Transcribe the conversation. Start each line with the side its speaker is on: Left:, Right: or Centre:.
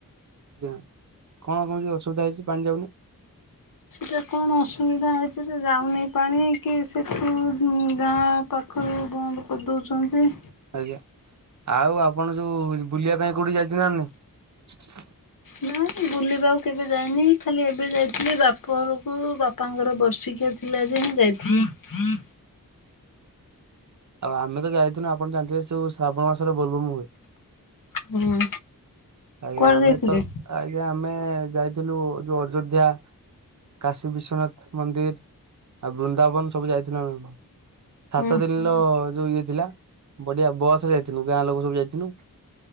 Right: ଆଜ୍ଞା କଣ କି ଏମିତି ଅସୁବିଧା ହେଇଛି ପାଣି ଯାଉନି।
Left: ସେଟା କଣ ଅସୁବିଧା ହେଇଛି ତ ଯାଉନି ପାଣି କି ସେଠୁ <inaudible> ପାଖରୁ ବନ୍ଦ କରିଦଉଛନ୍ତି।
Right: ଆଜ୍ଞା, ଆଉ ଆପଣ ଯୋଉ ବୁଲିବା ପାଇଁ କୋଉଠି ଯାଇଛନ୍ତି ନା ନାହିଁ।
Left: ନା ମୁ ବୁଲିବାକୁ କେବେ ଯାଇନି ଖାଲି ଏବେ ଯାଇଥିଲି ବାପ ଘରକୁ। ବାପ ବାପାଙ୍କର ବର୍ଷିକିଆ ଥିଲା ଯେ ଯାଇଥିଲି।
Right: ଆଉ ଆମେ ତ ଯାଇୁଥିଲୁ ଆପଣ ଜାଣିିବେ ସବୁ ଶ୍ରାବଣ ମାସରେ ବଲବମ ହୁଏ।
Left: ହୁଁ।
Right: ଆଜ୍ଞା
Left: କୁଆଡେ
Right: ଆମେ
Left: ଯାଇଥିଲେ?
Right: ତର ଆଜ୍ଞା ଆମେ ଯାଇଥିଲୁ ଯୋଉ ଅଯୋଧ୍ୟା କାଶୀ ବିଶ୍ଵନାଥ ମନ୍ଦିର ଆଉ ବୃନ୍ଦାବନ ସବୁ ଯାଇଥିଲୁ ଆମେ। ସାତ
Left: ହୁଁ
Right: ଦିନର
Left: ହୁଁ
Right: ଯୋଉ ଇଏ ଥିଲା ବଢିଆ ବସ ରେ ଯାଇଥଥିଲୁ ଗାଁ ଲୋକ ସବୁ ଯାଇଥିଲୁ।